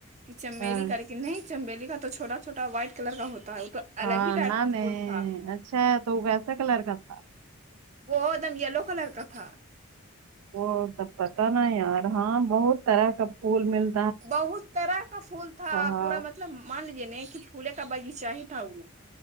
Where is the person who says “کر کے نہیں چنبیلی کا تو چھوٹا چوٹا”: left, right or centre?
Right